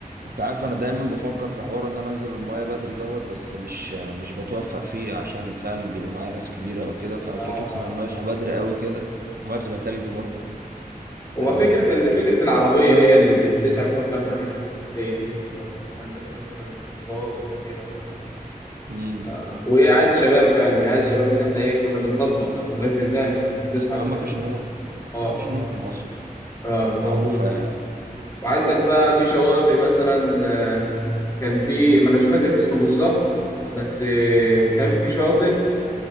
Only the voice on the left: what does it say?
آه آه
هو
فكرة ال- فكرة العربية هي اللي بت- بتسعف أكتر في الأماكن الساحلية إن أنت ما بتستناش مثلا مواصلات ولا كده وبتاع
ف... وهي عايزة شباب فعلا هي عايزة شباب إن إحنا إيه كنا بنطبق ما كناش بننام كنا بنصحى
من التناس
أه
أه مظبوط
وعندك بقى في شواطئ مثلا آه، كان في ما أنا مش فاكر اسمه بالظبط بس آه، كان في شاطئ